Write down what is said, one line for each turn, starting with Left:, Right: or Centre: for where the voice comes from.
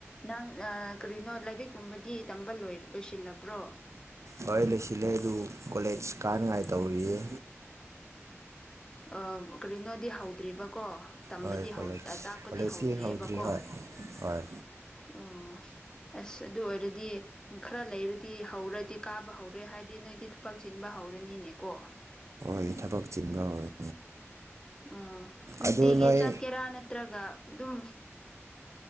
Left: ꯅꯪ ꯀꯔꯤꯅꯣ ꯂꯥꯏꯔꯤꯛ ꯀꯨꯝꯕꯗꯤ ꯇꯝꯕ ꯂꯣꯏ ꯂꯣꯏꯁꯤꯜꯂꯕ꯭ꯔꯣ꯫
Right: ꯍꯣꯏ ꯂꯣꯏꯁꯤꯜꯂꯦ ꯑꯗꯨ ꯀꯣꯂꯦꯖ ꯀꯥꯅꯉꯥꯏ ꯇꯧꯔꯤꯌꯦ
Left: ꯑꯣ ꯀꯔꯤꯅꯣꯗꯤ ꯍꯧꯗ꯭ꯔꯤꯕꯀꯣ꯫ ꯇꯝꯕꯗꯤ
Right: ꯍꯣꯏ ꯀꯣꯂꯦꯖ
Left: ꯍꯧ ꯇꯥꯛꯄꯗꯤ
Right: ꯀꯣꯂꯦꯖꯇꯤ
Left: ꯍꯧꯗ꯭ꯔꯤꯑꯕꯀꯣ
Right: ꯍꯧꯗ꯭ꯔꯤ ꯍꯣꯏ
Left: ꯑꯣ
Right: ꯍꯣꯏ
Left: ꯑꯁ ꯑꯗꯨ ꯑꯣꯏꯔꯗꯤ꯫ ꯈꯔ ꯂꯩꯔꯗꯤ ꯍꯧꯔꯗꯤ ꯀꯥꯕ ꯍꯧꯔꯦ ꯍꯥꯏꯗꯤ ꯅꯣꯏꯗꯤ ꯊꯕꯛ ꯆꯤꯟꯕ ꯍꯧꯔꯅꯤꯅꯦꯀꯣ꯫
Right: ꯑꯩꯈꯣꯏ ꯊꯕꯛ ꯆꯤꯟꯕ ꯍꯧꯔꯦ꯫
Left: ꯑꯣ ꯅꯨꯡꯇꯤꯒꯤ
Right: ꯑꯗꯨ ꯅꯣꯏ
Left: ꯆꯠꯀꯦꯔꯥ ꯅꯠꯇ꯭ꯔꯒ ꯑꯗꯨꯝ